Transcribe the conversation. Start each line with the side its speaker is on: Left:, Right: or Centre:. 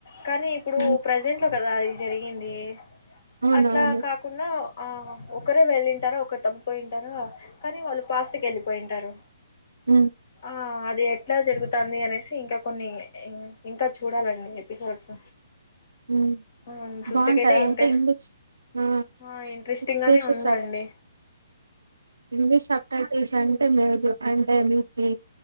Left: కానీ ఇప్పుడు
Right: ఆ
Left: ప్రజెంట్ లో కదా అది జరిగింది
Right: అవునవును
Left: అట్లా కాకుండా ఆహా ఒకరే వెళ్ళింటారూ ఒకరు తబిపోయింటారా కానీ వాళ్ళు పాస్ట్ గా వెళ్ళిపోయింటారు
Right: హ్మ్మ్
Left: ఆ అది ఎట్లా జరుగుతాంది అనేసి ఇంకా కొన్ని ఇంకా చూడాలండి ఎపిసోడ్స్
Right: హ్మ్
Left: హ్మ్మ్ చూస్తేకైతే
Right: బావుంటదా
Left: ఇంటె
Right: అంటే ఇంగ్లీష్ ఆ
Left: హా ఇంట్రెస్ట్
Right: ఇంగ్లీష్
Left: గానే ఉందండి
Right: వచ్చ ఇంగ్లీష్ స్ అంటే మేరు అంటే మీకి